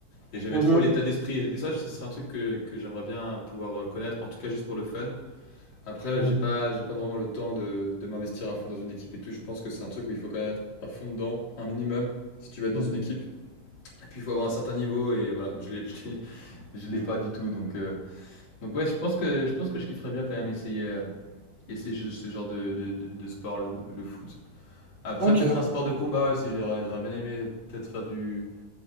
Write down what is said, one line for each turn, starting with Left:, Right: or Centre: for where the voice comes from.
Left: Et j'aimais
Right: Mhm.
Left: trop l'état d'esprit. Et ça, ce serait un truc que, que j'aimerais bien pouvoir euh, connaître, en tout cas juste pour le fun. Après, là,
Right: Mhm.
Left: j'ai pas, j'ai pas vraiment le temps de, de m'investir à fond dans une équipe et tout. Je pense que c'est un truc où il faut connaître à fond dedans, un minimum, si tu veux être dans
Right: Mhm.
Left: une équipe. Et puis, il faut avoir un certain niveau. Et voilà, je l'ai, je l'ai, <laughs> je l'ai pas du tout. Donc, euh, donc ouais, je pense que, je pense que je kifferais bien quand même essayer, euh, essayer ce, ce genre de, de, de- de sport, le, le foot. Après,
Right: Ok,
Left: peut-être un sport de combat aussi. J'aurais, j'aurais bien aimé peut-être faire du,